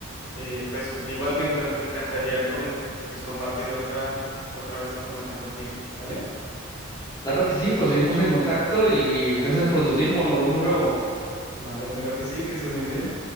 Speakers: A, on the left; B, on the left.
A: eh, pues igual me, encu- me encantaría comen- pues compartir otra, otra vez información contigo, ¿vale?
B: Claro que sí, pues seguimos en contacto y gracias por tu tiempo. Nos vemos luego.
A: Vale, claro que sí, que estés muy bien.